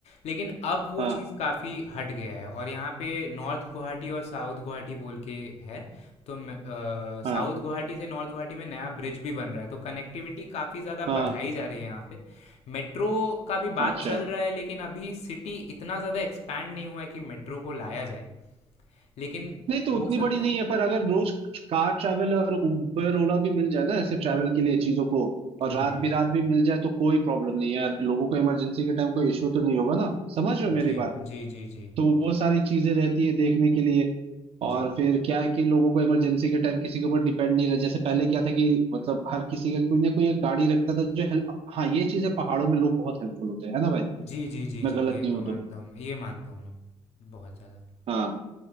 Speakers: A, on the left; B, on the right.
A: लेकिन अब वो
B: हाँ
A: चीज़ काफ़ी हट गया है और यहाँ पे नॉर्थ गुवाहाटी और साउथ गुवाहाटी बोल के है तो म- अ, साउथ
B: हाँ
A: गुवाहाटी से नॉर्थ गुवाहाटी में नया ब्रिज भी बन रहा है तो कनेक्टिविटी काफ़ी ज़्यादा
B: हाँ
A: बढ़ाई जा रही है यहाँ पे मेट्रो का भी बात
B: अच्छा
A: चल रहा है लेकिन अभी सिटी इतना ज़्यादा एक्सपैंड नहीं हुआ है कि मेट्रो को लाया जाए लेकिन
B: नहीं तो उतनी
A: हो सकता
B: बड़ी नहीं
A: है
B: है पर अगर रोज कार ट्रैवल और उबर ओला भी मिल जाए ना ऐसे ट्रैवल के लिए चीजों को और
A: हाँ
B: रात
A: जी हाँ
B: भी
A: जी
B: रात भी मिल जाए तो कोई प्रॉब्लम नहीं है यार लोगों को इमरजेंसी के टाइम कोई इश्यू तो नहीं होगा ना समझ रहे हो मेरी
A: जी
B: बात
A: जी जी जी
B: तो वो सारी चीजें रहती है देखने के लिए और
A: जी
B: फिर क्या है कि लोगों को इमरजेंसी के टाइम किसी के ऊपर डिपेंड नहीं रह जैसे पहले क्या था कि मतलब हर किसी का कोई ना कोई एक गाड़ी रखता था जो हेल्प हाँ ये चीज है पहाड़ों में लोग बहुत हेल्पफुल होते हैं है ना भाई
A: जी जी जी
B: मैं
A: जी
B: गलत
A: ये
B: नहीं
A: तो
B: हूँ
A: मानता
B: तो
A: हूँ मैं ये मानता हूँ मैं बहुत ज़्यादा
B: हाँ